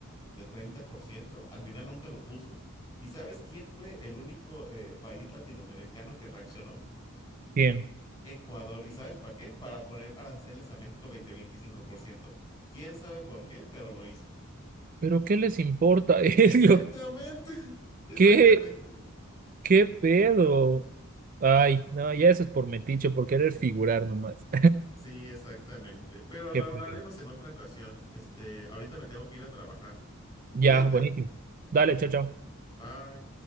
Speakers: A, on the left (about 15°); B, on the right (about 40°).
A: de treinta por ciento Al final nunca lo puso. ¿Y sabes quién fue el único eh, país latinoamericano que reaccionó?
B: Bien.
A: Ecuador. ¿Y sabes para qué? Para poner aranceles a México veinte veinticinco por ciento ¿Quién sabe por qué? Pero lo hizo.
B: Pero ¿qué les importa a <laughs> ellos?
A: Exactamente. <laughs> Exactamente.
B: ¿Qué, qué pedo? Ay, no, ya eso es por metiche, por querer figurar nomás.
A: Sí, exactamente. Pero
B: <laughs>
A: lo
B: Qué
A: hablaremos
B: pedo.
A: en otra ocasión. Este, ahorita me tengo que ir a trabajar.
B: Ya,
A: Cuídate.
B: buenísimo. Dale, chao, chao.
A: Bye.